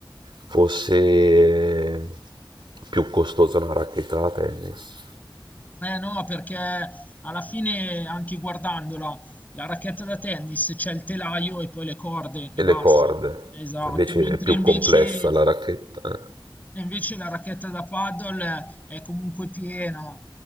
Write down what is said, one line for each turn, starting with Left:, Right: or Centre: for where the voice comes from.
Right: fosse più costosa una racchetta da tennis
Left: Eh no, perché alla fine anche guardandola, la racchetta da tennis c'è il telaio e poi le corde e
Right: e
Left: basta.
Right: le corde,
Left: Esatto,
Right: invece
Left: mentre
Right: è più
Left: invece
Right: complessa la racchetta. eh.
Left: e invece la racchetta da paddle è comunque piena.